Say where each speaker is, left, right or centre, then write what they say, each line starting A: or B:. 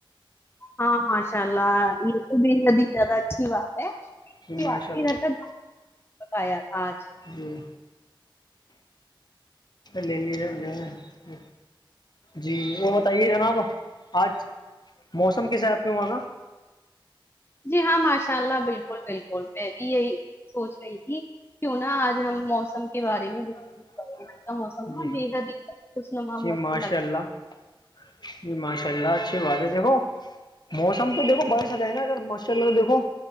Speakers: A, on the left; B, on the left.
A: ہاں ماشاء اللہ یہ تو بھی ادھی زیادہ اچھی بات ہے
B: جی ماشاء اللہ
A: بتایا آج
B: جی لے لییے ن ل جی وہ بتائیے جناب آج موسم کس ہے آپ کے وہاں کا
A: جی ہاں ماشاء اللہ بالکل بالکل میں بھی یہی سوچ رہی تھی کیوں نہا آج ہم موسم کے بارے میںتے
B: <unintelligible>
A: کا موسم ن
B: جی
A: د کا د خش نوا
B: جی
A: موسم
B: ماشاء
A: لگ
B: اللہ
A: رہ
B: جی ماشاء اللہ اچھی بات ہے دیکھو موسم تو دیکھو بارش آ جائے نا اگر ماشاء اللہ تو دیکھو